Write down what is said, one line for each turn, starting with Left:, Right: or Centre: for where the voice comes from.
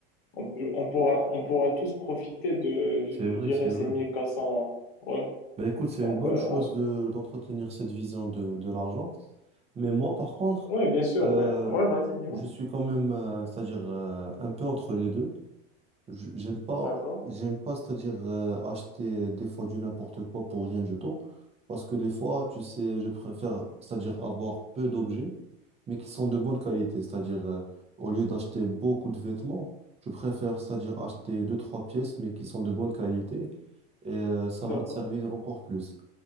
Left: On, on pourra, on pourra tous profiter de, je,
Right: C'est vrai,
Left: je dirais,
Right: c'est vrai.
Left: ces 1400 Ouais,
Right: Ben écoute, c'est
Left: donc,
Right: une bonne
Left: euh,
Right: chose
Left: on s-
Right: de, d'entretenir cette vision de, de l'argent. Mais moi, par contre,
Left: ouais, bien sûr,
Right: euh,
Left: mais ouais, vas-y, dis-moi.
Right: je suis quand même, euh, c'est-à-dire euh, un peu entre les deux. Je- J'aime pas,
Left: D'accord,
Right: j'aime pas, c'est-à-dire euh, acheter des fois du n'importe quoi pour rien du tout. Parce que des fois, tu sais, je préfère, c'est-à-dire avoir peu d'objets, mais qui sont de bonne qualité. C'est-à-dire, euh, au lieu d'acheter beaucoup de vêtements, je préfère, c'est-à-dire acheter deux, trois pièces, mais qui sont de bonne qualité. Et euh, ça va
Left: d'accord.
Right: me servir encore plus.